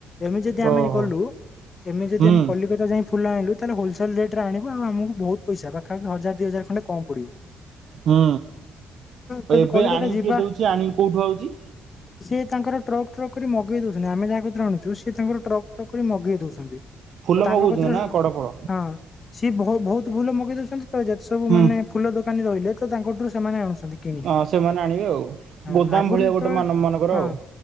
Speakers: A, on the left; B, on the right.
A: ଏମିତି ଯଦି ଆମେ
B: ଓହୋ।
A: ଗଲୁ ଏମିତି ଯଦି
B: ହୁଁ
A: ଆମେ କଲିକତା ଯାଇ ଫୁଲ ଆଣିଲୁ ତାହେଲେ ହୋଲସେଲ ରେଟରେ ଆଣିବ ଆଉ ମକୁ ବହୁତ ପଇସା ପାଖାପାଖି ହଜାର ଦୁଇ ହଜାର ଖଣ୍ଡେ କମ୍ ପଡ଼ିବ।
B: ହୁଁ
A: ଯଦି
B: ଏବେ
A: କଲିକତା
B: ଆଣିକି
A: ଯିବା
B: କିଏ ଦଉଛି। ସେ ଆଣିକି କେଉଠୁ ଆଉଛି?
A: ସେ ତାଙ୍କର ଟ୍ରକ୍ ଟ୍ରକ୍ କରି ମଗେଇ ଦଉଛନ୍ତି ଆମେ ଯାହାକୁ ଜଣୁଛୁ ସେ ତାଙ୍କର ଟ୍ରକ୍ ଟ୍ରକ୍ କରି ମଗେଇ ଦଉଛନ୍ତି।
B: ଫୁଲ
A: ତ ତାଙ୍କ
B: ମଗଉଛନ୍ତି
A: କତି ରୁ
B: ନା କଡ ଫଳ
A: ହଁ ସିଏ ବ ବହୁତ ଫୁଲ ମଗେଇ ଦଉଛନ୍ତି। ତ ଯେତେ ସବୁ
B: ହୁଁ
A: ମାନେ ଫୁଲ ଦୋକାନୀ ରହିଲେ ତ ତାଙ୍କଠୁ ସେମାନେ ଆଣୁଛନ୍ତି କିଣି
B: ହଁ ସେମାନେ ଆଣିବେ ଆଉ
A: ହଁ
B: ଗୋଦାମ
A: ଆଗରୁ
B: ଭଳିଆ
A: ଯେତେବେଳେ
B: ଗୋଟେ ମାନ ମାନଙ୍କର
A: ହଁ
B: ଆଉ